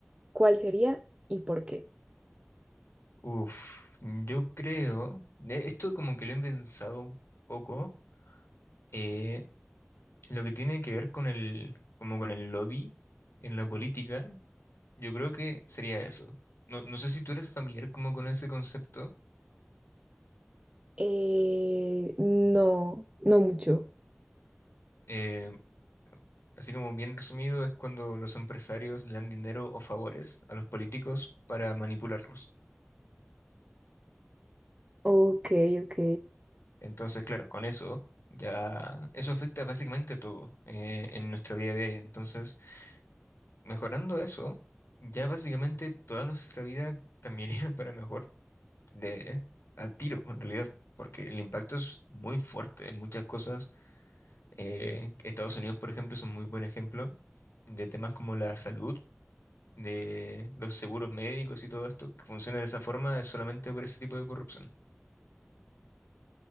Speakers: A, on the right; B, on the left.
A: ¿cuál sería y por qué?
B: Uf, yo creo, e- esto como que lo he pensado un poco, eh, lo que tiene que ver con el, como con el lobby en la política, yo creo que sería eso. No, no sé si tú eres familiar como con ese concepto,
A: Eh, no, no mucho.
B: eh, así como bien resumido es cuando los empresarios le dan dinero o favores a los políticos para manipularlos.
A: Ok, ok.
B: Entonces, claro, con eso ya, eso afecta básicamente a todo, eh, en nuestra vida diaria. Entonces... Mejorando eso, ya básicamente toda nuestra vida cambiaría <laughs> para mejor de al tiro, en realidad, porque el impacto es muy fuerte en muchas cosas. Eh, Estados Unidos, por ejemplo, es un muy buen ejemplo de temas como la salud, de los seguros médicos y todo esto, que funciona de esa forma es solamente por ese tipo de corrupción.